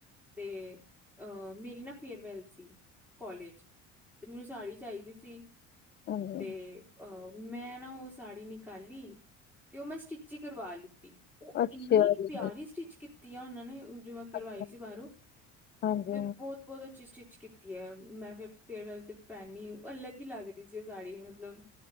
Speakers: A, in the centre; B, on the left (about 30°).
A: ਤੇ, ਅਂ ਮੇਰੀ ਨਾ ਫੇਅਰਵੈਲ ਸੀ ਕੋਲਜ। ਤੇ, ਮੈਨੂੰ ਸਾੜੀ ਚਾਈਦੀ ਸੀ
B: ਹਾਂਜੀ
A: ਤੇ ਅਂ, ਮੈਂ ਨਾ ਓ ਸਾੜੀ ਨਿਕਾਲੀ ਤੇ ਓ ਮੈਂ ਸਟਿਚ ਈ ਕਰਵਾ ਲਿੱਤੀ। ਓ
B: ਅੱਛਾ
A: ਇੰਨੀ
B: ਜੀ
A: ਪਿਆਰੀ ਸਟਿਚ ਕੀਤੀ ਆਂ ਓਨਾਂ ਨੇ, ਜੌ ਮੈ ਕਰਵਾਈ
B: ਅੱਛਾ
A: ਸੀ ਬਾਰੋਂ,
B: ਹਾਂਜੀ
A: ਤੇ ਬੋਤ ਬੋਤ ਅੱਛੀ ਸਟਿੱਚ ਕੀਤੀ ਐ, ਮੈਂ ਫਿਰ ਫੇਅਰਵੈਲ ਤੇ ਪੈਨੀ ਅਲਗ ਈ ਲਾਗਦੀ ਠੀਕ ਸੀ ਓ ਸਾੜੀ ਮਤਲਬ,